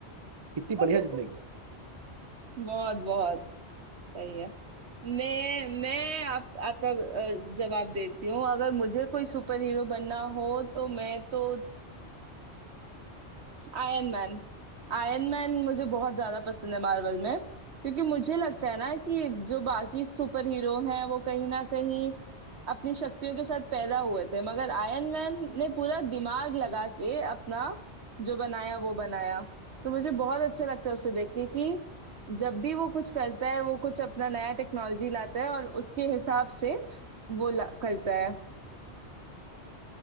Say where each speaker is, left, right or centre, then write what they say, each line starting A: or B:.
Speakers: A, on the right; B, on the right.
A: कितनी
B: <laughs>
A: बढ़िया जिंदगी है
B: बहुत बहुत सही है मैं मैं आप आपका अ, जवाब देती हूँ अगर मुझे कोई सुपर हीरो बनना हो तो मैं तो आयरन मैन आयरन मैन मुझे बहुत ज्यादा पसंद है मार्वल में क्योंकि मुझे लगता है ना कि जो बाकी सुपर हीरो हैं वो कहीं ना कहीं अपनी शक्तियों के साथ पैदा हुए थे मगर आयरन मैन ने पूरा दिमाग लगा के अपना जो बनाया वो बनाया तो मुझे बहुत अच्छा लगता है उसे देख के कि जब भी वो कुछ करता है वो कुछ अपना नया टेक्नोलॉजी लाता है और उसके हिसाब से वो ला, करता है